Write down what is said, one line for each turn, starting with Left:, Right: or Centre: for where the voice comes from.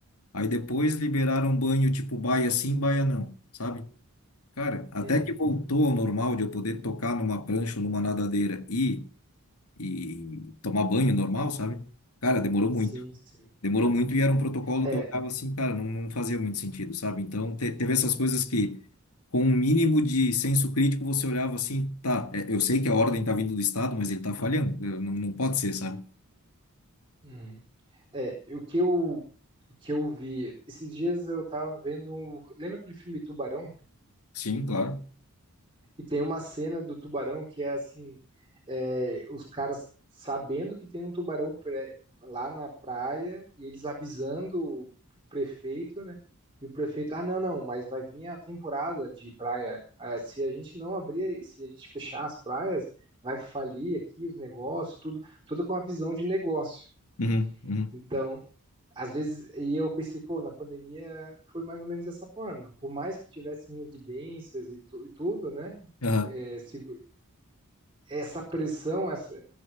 Left: Aí depois liberaram banho tipo baia sim, baia não, sabe? Cara, até
Right: Uhum.
Left: que voltou ao normal de eu poder tocar numa prancha ou numa nadadeira e, e tomar banho normal, sabe? Cara, demorou
Right: Sim,
Left: muito.
Right: sim.
Left: Demorou muito e era um protocolo
Right: É,
Left: que eu olhava assim, cara, não, não fazia muito sentido, sabe? Então, te- teve essas coisas que, com um mínimo de senso crítico, você olhava assim, tá, é, eu sei que a ordem tá vindo do Estado, mas ele tá falhando, eu- não, não pode ser, sabe?
Right: Uhum. É, o que eu, o que eu vi, esses dias eu tava vendo, lembra aquele filme Tubarão?
Left: Sim, claro.
Right: E tem uma cena do tubarão que é assim, é, os caras sabendo que tem um tubarão pré- lá na praia, e eles avisando o prefeito, né? E o prefeito, ah, não, não, mas vai vir a temporada de praia. Ah, se a gente não abrir, se a gente fechar as praias, vai falir aqui os negócios, tudo, tudo com a visão de negócio.
Left: Uhum, uhum.
Right: Então, às vezes, e eu pensei, pô, na pandemia foi mais ou menos dessa forma. Por mais que tivessem evidências e, tu- e tudo, né?
Left: Aham,
Right: É, se- essa pressão, essa,